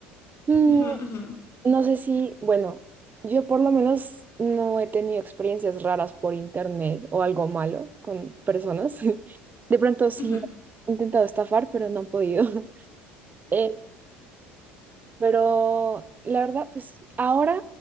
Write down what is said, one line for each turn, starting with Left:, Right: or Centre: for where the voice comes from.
Right: Mm,
Left: Ujú, ujú,
Right: no sé si, bueno, yo por lo menos no he tenido experiencias raras por internet o algo malo con personas. <laughs> De pronto sí
Left: ujú.
Right: me han intentado estafar, pero no han podido. <laughs> Eh, pero la verdad, pues ahora